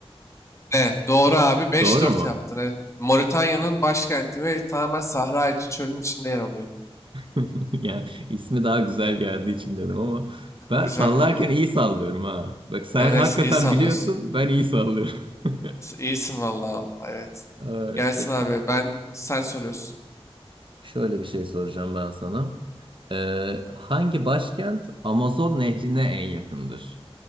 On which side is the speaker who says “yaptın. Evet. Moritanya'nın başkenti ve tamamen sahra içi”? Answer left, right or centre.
Left